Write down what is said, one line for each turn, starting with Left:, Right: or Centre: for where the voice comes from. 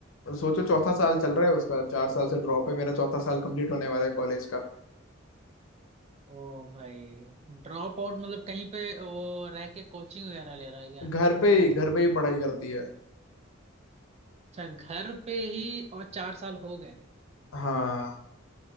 Left: और सोचो चौथा साल चल रहा है उसका चार साल से ड्रॉप है मेरा चौथा साल कंप्लीट होने वाला है कॉलेज का
Right: ओ भाई ड्रॉप आउट मतलब कहीं पे वो रह के कोचिंग वगैरह ले रहा है क्या
Left: घर पे ही घर पे ही पढ़ाई करती है
Right: अच्छा घर पे ही और चार साल हो गए
Left: हाँ